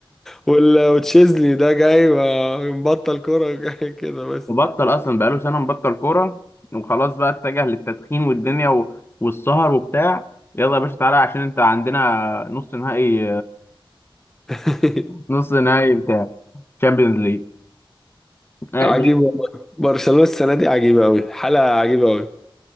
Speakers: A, in the centre; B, on the left.
A: وال- وتشيزني ده جاي ما- مبطل كوره جاي كده بس
B: وبطل اصلا بقاله سنه مبطل كوره وخلاص بقى اتجه للتدخين والدنيا و... والسهر وبتاع يلا يا باشا تعالى عشان انت عندنا نص نهائي
A: <laughs>
B: نص نهائي بتاع تشامبيونز ليج آه،
A: عجيب
B: ده
A: والله برشلونه السنه دي عجيبه قوي حاله عجيبه قوي